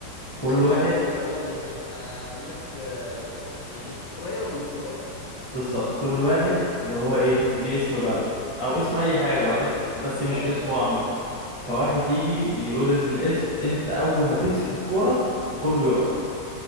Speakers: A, on the right; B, on the left.
A: كل
B: ايوه
A: واحد
B: ما كده برضه بتبقى ايدك آه، ب- يعني قريبة من الكورة فاهم
A: بالظبط كل واحد اللي هو ايه ليه اسم بلد او اسم اي حاجة
B: ايوه
A: بقى اسم
B: ايوه
A: بس مش
B: اه
A: اسمه
B: انا برضه
A: عامة
B: كده
A: فواحد يجي يقول الاسم انت اول ما تمسك الكورة كله يقف